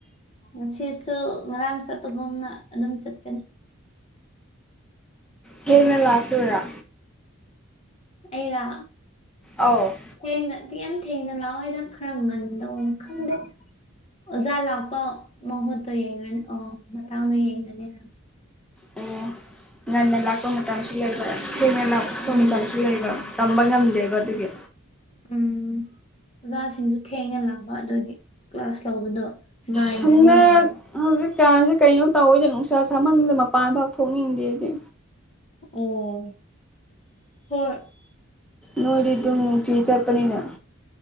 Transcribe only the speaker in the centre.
ꯇꯦꯡꯅ ꯂꯥꯛꯇꯣꯏꯔꯥ
ꯑꯧ
ꯑꯣ ꯉꯟꯅ ꯂꯥꯛꯄ ꯃꯇꯝꯁꯨ ꯂꯩꯕ ꯊꯦꯡꯅ ꯂꯥꯛꯄ
ꯃꯇꯝꯁꯨ ꯂꯩꯕ ꯇꯝꯕ ꯉꯝꯗꯦꯕ ꯑꯗꯨꯒꯤ
ꯁꯅꯥ
ꯍꯧꯖꯤꯛ ꯀꯥꯟꯁꯦ ꯀꯩꯅꯣꯝ ꯇꯧꯋꯤꯅꯦ ꯅꯨꯡꯁꯥ ꯁꯥꯃꯟꯕꯗ ꯃꯄꯥꯟ ꯐꯥꯎ ꯊꯣꯛꯅꯤꯡꯗꯦꯅꯦ
ꯅꯣꯏꯗꯤ ꯗꯨꯝ ꯅꯨꯡꯇꯤꯒꯤ ꯆꯠꯄꯅꯤꯅ